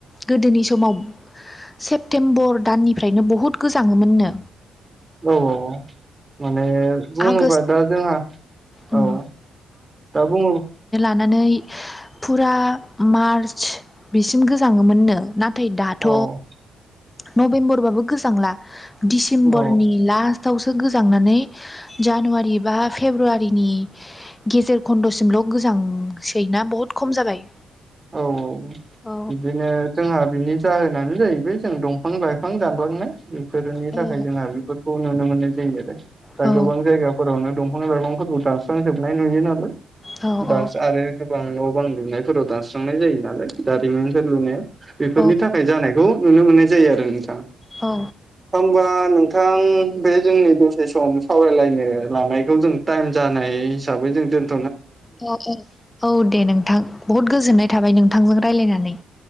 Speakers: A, on the left; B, on the right.
A: गोदोनि समाव सेप्तेम्बर दाननिफ्रायनो बहुत गोजाङोमोननो
B: औ औ औ माने बुङोबा
A: आगष्ट
B: दा जोंहा
A: उम
B: औ दा बुङोब
A: नानै फुरा मार्च बिसिम गोजाङोमोननो। नाथाय दाथ'
B: औ औ
A: नभेम्बरबाबो गोजांला डिसेम्बरनि
B: औ
A: लास्ट थावसो गोजांनानै जानुवारि बा फेब्रुवारिनि गेजेर खन्द'सिमल' गोजांसै ना बुहुत खम जाबाय
B: औ औ
A: औ
B: बिदिनो जोंहा बिनि जाहोनानो जाहैबाय जों दंफां लाइफां दानलांनाय बेफोरनि
A: औ
B: थाखाय जोंहा बेफोरखौ नुनो मोननाय जायो आरो दा
A: औ
B: गोबां जायगाफोरावनो दंफां लाइफांफोरखौ दानस्रांजोबनाय नुयो नालाय
A: औ
B: दास आरो गोबां न' बां लुनायफोराव दानस्रांनाय जायो नालाय जारिमिनफोर लुनाया बेफोरनि
A: औ
B: थाखाय जानायखौ नुनो मोननाय जायो आरो नोंथां
A: औ
B: होनबा नोंथां बे जोंनि दसे सम सम सावरायलायनो लानायखौ जों टाइम जानाय हिसाबै जों दोन
A: औ औ औ दे नोंथां बुहुद गोजोननाय थाबाय नोंथांजों रायलायनानै।